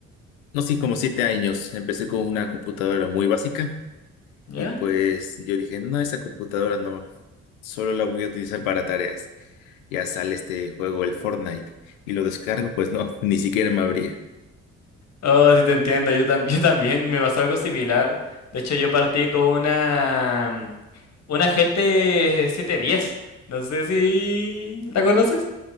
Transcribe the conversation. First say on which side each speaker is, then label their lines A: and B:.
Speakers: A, on the left; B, on the left.
A: no, sí, como siete años. Empecé con una computadora muy básica
B: ¿Ya?
A: y pues yo dije, no, esa computadora no, solo la voy a utilizar para tareas. ya sale este juego, el Fortnite, y lo descargo, pues no, <laughs> ni siquiera me abría.
B: Oh, sí te entiendo, yo, tam- <laughs> yo también me pasó algo similar. De hecho, yo partí con una, mm, una GT 710. No sé si la conoces.